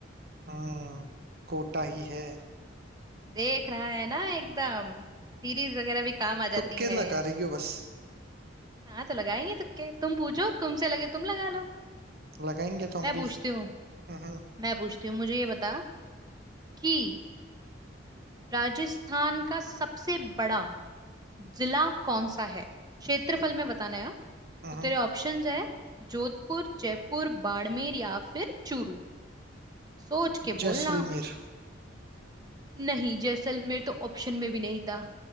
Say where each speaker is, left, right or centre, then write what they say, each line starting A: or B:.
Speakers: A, on the right (about 50°); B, on the right (about 20°).
A: हम्म कोटा ही है
B: देख रहा है ना एकदम सीरीज वगैरह भी काम आ
A: तुक्के
B: जाती है
A: लगा रही हो बस
B: हाँ तो लगाएंगे तुक्के तुम पूछो तुमसे लगे तुम लगा लो
A: लगाएंगे तो हम
B: मैं
A: भी
B: पूछती हूँ
A: हम्म हम्म
B: मैं पूछती हूँ मुझे ये बता कि राजस्थान का सबसे बड़ा जिला कौन सा है क्षेत्रफल में बताना है हाँ?
A: हम्म।
B: तो तेरे ऑप्शंस है जोधपुर जयपुर बाड़मेर या फिर चूरू सोच के
A: जैसलमेर
B: बोलना नहीं जैसलमेर तो ऑप्शन में भी नहीं था